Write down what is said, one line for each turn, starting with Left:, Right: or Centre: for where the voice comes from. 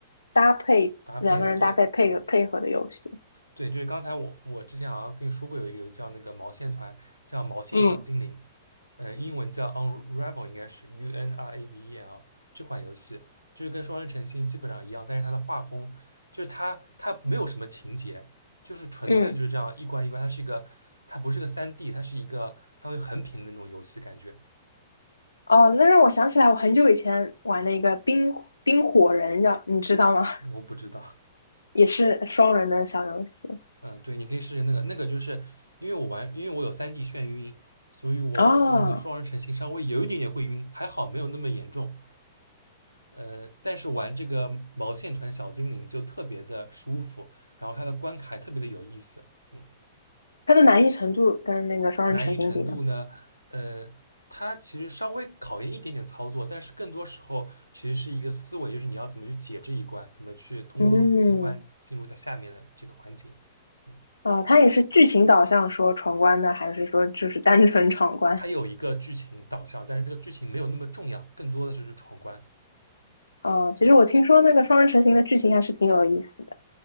Left: 搭配两个人搭配配合配合的游戏。
Right: 搭配的对，嗯。对，就是刚才我我之前好像跟你说过有一个游戏叫那个毛线团，叫毛线小精灵，
Left: 嗯
Right: 嗯，英文叫 Unravel，应该是 U N R A V E L 这款游戏，就是跟双人成行基本上一样，但是它的画风就是它它没有什么情节，就是纯粹的就是这样一关一关，
Left: 嗯，
Right: 它是一个它不是个三 d 它是一个相当于横屏的那种游戏感觉，
Left: 哦，那让我想起来，我很久以前玩的一个冰冰火人叫，你知道吗？
Right: 我不知道，
Left: 也是双人的小游戏
Right: 嗯，对，你可以试试那个，那个就是因为我玩，因为我有三 d 眩晕，所以我玩那个双人成行稍微有一点点会晕，
Left: 哦。
Right: 还好没有那么严重。呃，但是玩这个毛线团小精灵就特别的舒服，然后它的关卡也特别的有意思。嗯，
Left: 它的难易程度跟那个双人成型比呢？
Right: 难易程度呢，呃，它其实稍微考验一点点操作，但是更多时候其实是一个思维，就是你要怎么去解这一关，怎么去通过各种机关进入到下面的这个环节。
Left: 嗯，
Right: 嗯。
Left: 哦，它也是剧情导向说闯关的，还是说就是单纯闯关？
Right: 它有一个剧情导向，但是这个剧情没有那么重要，更多的是去闯关。
Left: 哦，其实我听说那个双人成型的剧情还是挺有意思的。